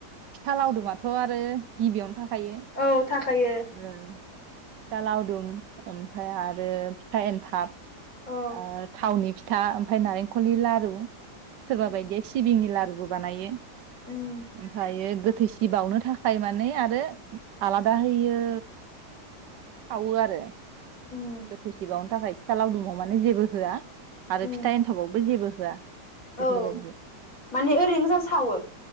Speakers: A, on the right; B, on the left.
A: फिथा लावदुमाथ' आरो गिबियावनो थाखा यो
B: औ थाखायो
A: ओं फिथा लावदुंम ओमफाय आरो फिथा एनथाब
B: औ
A: ओ थावनि फि फिथा ओमफ्राय नारेंखलनि लारु सोरबा
B: उम
A: बायदिया सिबिंनि लारुबो बानायो
B: उम
A: ओमफायो गो थैसि बावनो थाखाय माने आरो आलादा होयो सावो आरो
B: उम
A: गोथैसि बावनो थाखाय फिथा लावदुमाव माने जेबो होआ आरो
B: उम
A: फिथा एन्थाबावबो जेबो <unintelligible> बेफोरबायदि
B: औ माने ओरैनो गोजा सावो